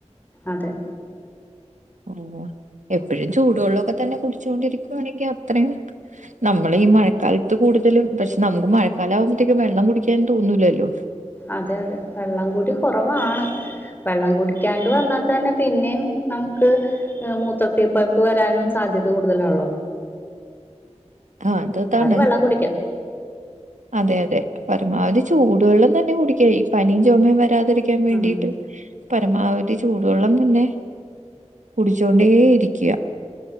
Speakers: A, on the left; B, on the right.
A: അതെ
B: ഊവ് എപ്പഴും ചൂടുവെള്ളൊക്കെ തന്നെ കുടിച്ചു കൊണ്ടിരിക്കുവാണെങ്കി അത്രയും നമ്മള് ഈ മഴക്കാലത്ത് കൂടുതലും പക്ഷെ നമുക്ക് മഴക്കാല ആകുമ്പോത്തേക്കും വെള്ളം കുടിക്കാൻ തോന്നൂലല്ലോ
A: അതെ അതെ വെള്ളംകുടി കൊ റവാണ് വെള്ളം കുടിക്കാണ്ട് വന്നാ തന്നെ പിന്നെയും നമുക്ക് മൂത്രത്തി പഴുപ്പ് വരാനും സാധ്യത കൂടുതലാള്ളോ
B: ആ അത് താണ്
A: വെള്ളം കുടിക്കാം
B: അതെ യതെ പരമാവധി ചൂടുവെള്ളം തന്നെ കുടിയ്ക്ക ഈ പനിം ചൊമെം വ രാതിരിക്കാൻ വേണ്ടിട്ട്
A: ആഹ്
B: പരമാവധി ചൂടുവെള്ളം തന്നെ കുടിച്ചോണ്ടേ ഇരിക്ക